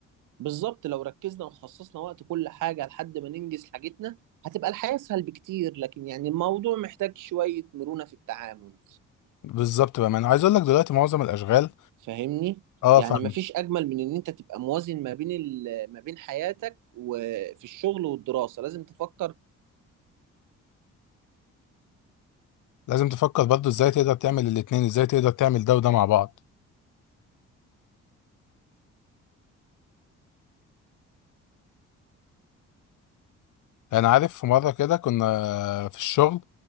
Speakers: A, on the right; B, on the left.
A: بالظبط لو ركزنا وخصصنا وقت كل حاجة لحد ما ننجز حاجتنا هتبقى الحياة اسهل بكتير لكن يعني الموضوع محتاج شوية مرونة في التعامل
B: بالظبط بقى ما انا عايز اقول لك دلوقتي معظم الاشغال
A: فاهمني
B: اه
A: يعني
B: فاهم
A: مفيش اجمل من ان انت تبقى موازن ما بين ال... ما بين حياتك وفي الشغل والدراسه لازم تفكر
B: لازم تفكر برضو ازاي تقدر تعمل الاتنين ازاي تقدر تعمل ده وده مع بعض انا عارف في مره كده كنا في الشغل